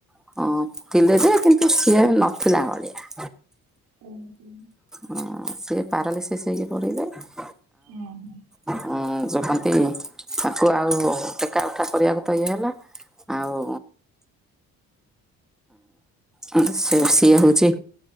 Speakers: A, in the centre; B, on the right.
A: ‌ ହଁ ଥିଲେ ଯେ କିନ୍ତୁ ସିଏ ନଥିଲା ଭଳିଆ।
B: ଓ ହୋ।
A: ଅଁ ସିଏ ପାରା ଲିସିସି ହେଇକି ପଡ଼ିଲେ ତ।
B: ଉଁ ହୁଁ।
A: ଉଁ ଯଉ କନ୍ତି ତାକୁ ଆଉ ଟେକା ଉଠା କରିବାକୁ ତ ଇଏ ହେଲା। ଆଉ <unintelligible> ସେ ସିଏ ହଉଛି